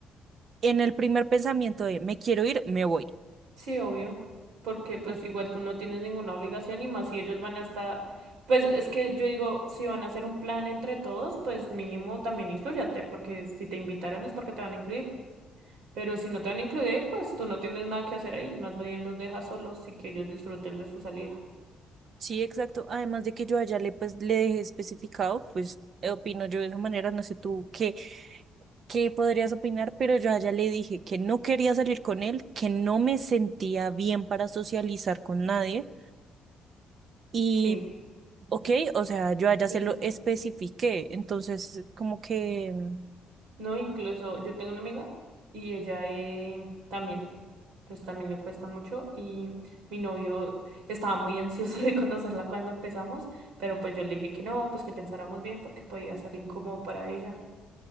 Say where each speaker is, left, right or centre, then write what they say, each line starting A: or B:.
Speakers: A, on the right; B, on the right.
A: en el primer pensamiento de me quiero ir, me voy.
B: Sí, obvio, porque pues
A: Pum.
B: igual tú no tienes ninguna obligación y más si ellos van a estar, pues es que yo digo, si van a hacer un plan entre todos, pues mínimo también inclúyate, porque si te invitaron es porque te van a incluir. Pero si no te van a incluir, pues tú no tienes nada que hacer ahí, más bien los dejas solos y que ellos disfruten de su salida.
A: Sí, exacto. Además de que yo allá le pues le dejé especificado, pues eh, opino yo de esa manera, no sé tú qué qué podrías opinar, pero yo a ella le dije que no quería salir con él, que no me sentía bien para socializar con nadie y,
B: Sí,
A: ok, o sea, yo a ella
B: sí,
A: se
B: sí,
A: lo
B: sí.
A: especifiqué, entonces como que, mm,
B: No, incluso yo tengo una amiga y ella eh, también, pues también le cuesta mucho y mi novio estaba muy <laughs> ansioso de conocerla cuando empezamos, pero pues yo le dije que no, pues que pensáramos bien porque podía ser incómodo para ella.